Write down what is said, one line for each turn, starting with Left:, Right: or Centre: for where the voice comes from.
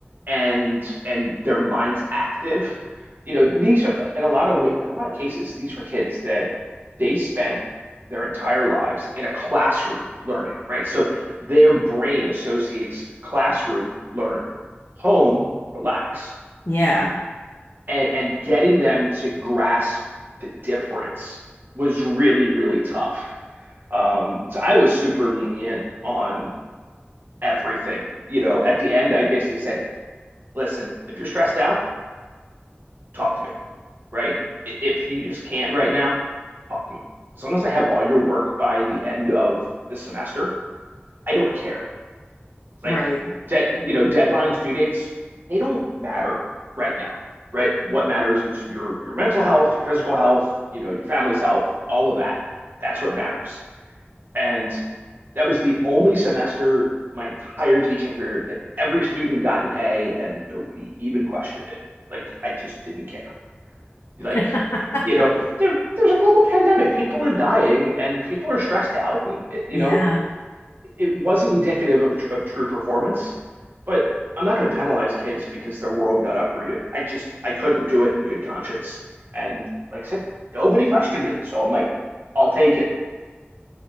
Right: and and their minds active. You know, these are in a lot of wa- in a lot of cases, these were kids that they spent their entire lives in a classroom learning, right? So their brain associates classroom, learn, home, relax
Left: Yeah,
Right: and and getting them to grasp the difference was really, really tough. Um, so I was super lenient on everything. You know, at the end, I basically said, "Listen, if you're stressed out, talk to me, right? If you just can't right now, talk to me. As long as I have all your work by the end of the semester, I don't care." like
Left: right.
Right: dead you know deadlines due dates they don't matter right now right what matters is your your mental health your physical health you know your family's health all of that that's what matters and that was the only semester my entire teaching career that every student got an a and nobody even questioned it like i just didn't care like
Left: <laughs>
Right: you know there, there's a global pandemic people are dying and people are stressed out and you
Left: Yeah.
Right: know it wasn't indicative of, of true performance, but I'm not going to penalize kids because their world got uprooted. I just, I couldn't do it in good conscience. And like I said, nobody questioned it. So I'm like, I'll take it.